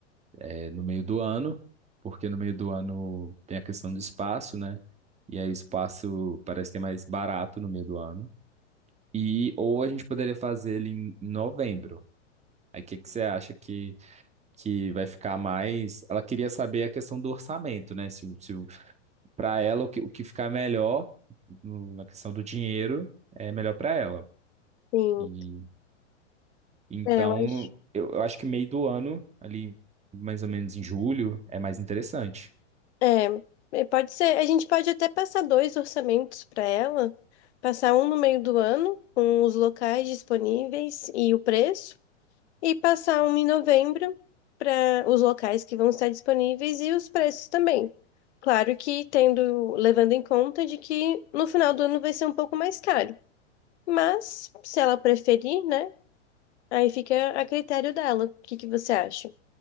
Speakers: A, on the right; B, on the left.
A: É, no meio do ano, porque no meio do ano tem a questão do espaço, né? E aí o espaço parece que é mais barato no meio do ano. E ou a gente poderia fazer ele em novembro. Aí o que que você acha que, que vai ficar mais? Ela queria saber a questão do orçamento, né? Se, o- se para ela o que, o que ficar melhor no- na questão do dinheiro é melhor para ela.
B: Sim,
A: E então
B: é, eu acho.
A: eu, eu acho que meio do ano ali mais ou menos em julho é mais interessante.
B: É, é, pode ser. A gente pode até passar dois orçamentos para ela, passar um no meio do ano, com os locais disponíveis e o preço, e passar um em novembro para os locais que vão estar disponíveis e os preços também. Claro que tendo, levando em conta de que no final do ano vai ser um pouco mais caro. Mas, se ela preferir, né? Aí fica a critério dela. O que que você acha?